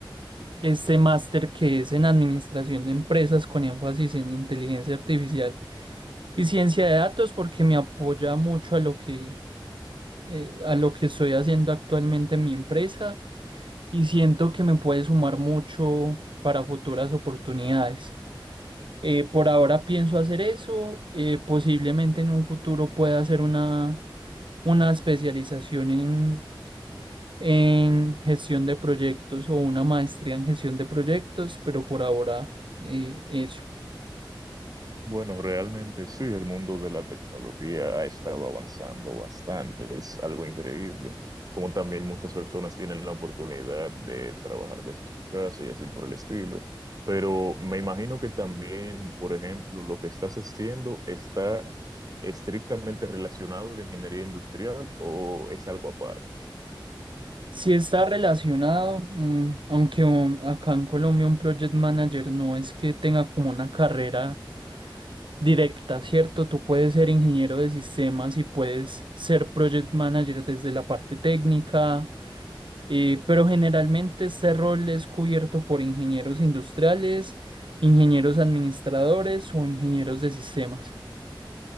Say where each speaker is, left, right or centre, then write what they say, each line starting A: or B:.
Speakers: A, on the right; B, on the right.
A: este máster que es en Administración de Empresas con énfasis en inteligencia artificial y ciencia de datos porque me apoya mucho a lo que, eh, a lo que estoy haciendo actualmente en mi empresa y siento que me puede sumar mucho para futuras oportunidades. Eh, por ahora pienso hacer eso, eh, posiblemente en un futuro pueda hacer una, una especialización en en gestión de proyectos o una maestría en gestión de proyectos, pero por ahora eh, eso.
B: Bueno, realmente sí, el mundo de la tecnología ha estado avanzando bastante, es algo increíble. Como también muchas personas tienen la oportunidad de trabajar desde su casa y así por el estilo. Pero me imagino que también, por ejemplo, lo que estás haciendo está estrictamente relacionado a la ingeniería industrial o es algo aparte.
A: Si está relacionado, mm, aunque um, acá en Colombia un project manager no es que tenga como una carrera directa, ¿cierto? Tú puedes ser ingeniero de sistemas y puedes ser project manager desde la parte técnica, eh, pero generalmente este rol es cubierto por ingenieros industriales, ingenieros administradores o ingenieros de sistemas.